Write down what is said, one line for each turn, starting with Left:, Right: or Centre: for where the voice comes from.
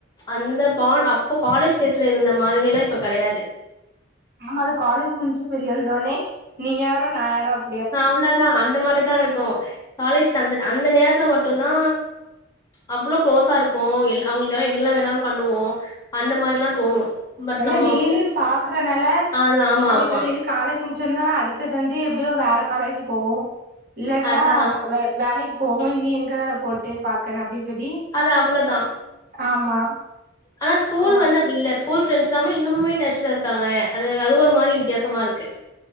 Left: அந்த பான் அப்போ காலேஜ் டேஸ்ல இருந்த மாதிரி ல்லா இப்ப கிடயாது
Right: ஆமா அது காலேஜ் முடிஞ்சு வெளிய வந்தோனே நீ யாரோ நா யாரோ அப்
Left: அவ்வளதா அந்த மாரிதா இருக்கு காலேஜ் அந்த அந்த நேரத்துல மட்டுந்தா அவ்ளோ க்ளோஸா இருப்போ அவ்ங்களுக்குக்கெலா என்ல்லா வேணாலு பண்ணுவோ அந்த மாரி ல்லா தோணு பட்
Right: ஏன்னா
Left: நம்மோ
Right: டெய்லியு பாக்குறனால
Left: அது ஆமா,
Right: அப்புடி
Left: ஆமா.
Right: சொல்லிறு காலேஜ் முடிச்சன்னா அடுத்ததுவந்து எப்புடியோ வேற காலேஜி போவோ இல்லாட்டா
Left: அதான்.
Right: வேர் வேலைக்கி போகு இனி எங்க போட்டு பாக்கணு அப்டினு சொல்லி
Left: அது அவளோதா
Right: ஆமா
Left: ஆனா ஸ்கூல்
Right: கா
Left: வந்த அப்டி இல்ல ஸ் ஸ்கூல் ஃப்ரெண்ட்ஸ் ல்லாமே இன்னுமுமே டச்ல இருக்காங்க அது அது ஒரு மாரி வித்தியாசமா இருக்கு